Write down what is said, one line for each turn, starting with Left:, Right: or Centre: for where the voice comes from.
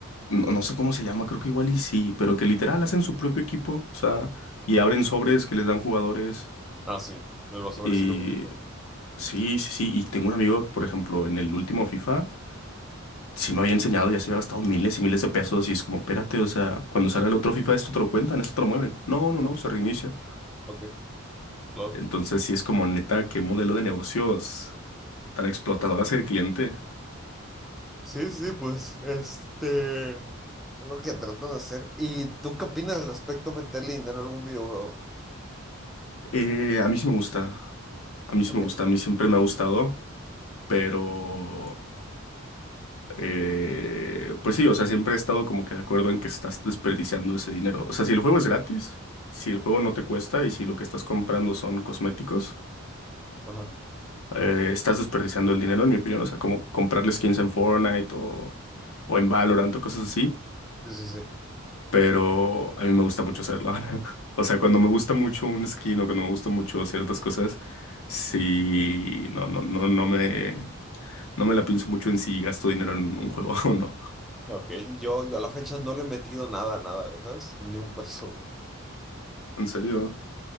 Left: No, no sé cómo se llama, creo que igual y sí, pero que literal hacen su propio equipo, o sea, y abren sobres que les dan jugadores.
Centre: Ah, sí, de los sobres
Left: Y
Centre: sí lo conocía.
Left: sí, sí, sí, y tengo un amigo que, por ejemplo, en el último FIFA, sí me había enseñado, ya se había gastado miles y miles de pesos y es como, espérate, o sea, cuando salga el otro FIFA, esto te lo cuentan, esto te lo mueven. No, no,
Centre: No,
Left: no, se reinicia.
Centre: ok, lol.
Left: Entonces, sí es como neta, qué modelo de negocios tan explotador hacia el cliente.
Centre: Sí, sí, sí, pues, este, es lo que trato de hacer. ¿Y tú qué opinas respecto a meterle dinero a algún videojuego?
Left: Eh, a mí sí me gusta. A mí sí
Centre: Ok,
Left: me gusta. A mí siempre me ha gustado, pero eh, pues sí, o sea, siempre he estado como que de acuerdo en que estás desperdiciando ese dinero. O sea, si el juego es gratis, si el juego no te cuesta y si lo que estás comprando son cosméticos,
Centre: ajá,
Left: eh, estás desperdiciando el dinero, en mi opinión. O sea, como comprarle skins en Fortnite o, o en Valorant o cosas así.
Centre: sí, sí, sí.
Left: pero a mí me gusta mucho hacerlo. <laughs> O sea, cuando me gusta mucho un skin o cuando me gusta mucho ciertas cosas, sí, no, no, no, no me, no me la pienso mucho en si gasto dinero en un juego <laughs> o no.
Centre: Ok, yo, yo a la fecha no le he metido nada, nada, ¿sabes? Ni un peso.
Left: En serio.